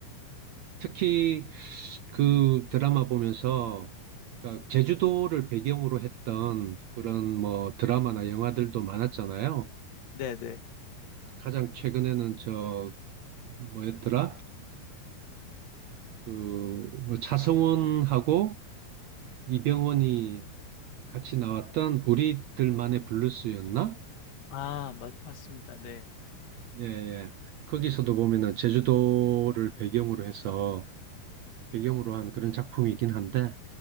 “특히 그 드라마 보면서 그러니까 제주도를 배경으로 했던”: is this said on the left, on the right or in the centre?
Right